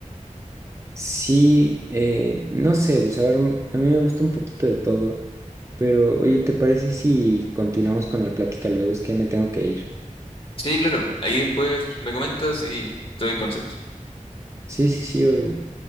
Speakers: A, on the right; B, on the left.
A: Sí, eh, no sé, pues a ver, m- a mí me gusta un poquito de todo, pero oye, ¿te parece si continuamos con la plática luego? Es que ya me tengo que ir.
B: Sí, claro, ahí después me comentas y te doy consejos.
A: Sí, sí, sí, obvio.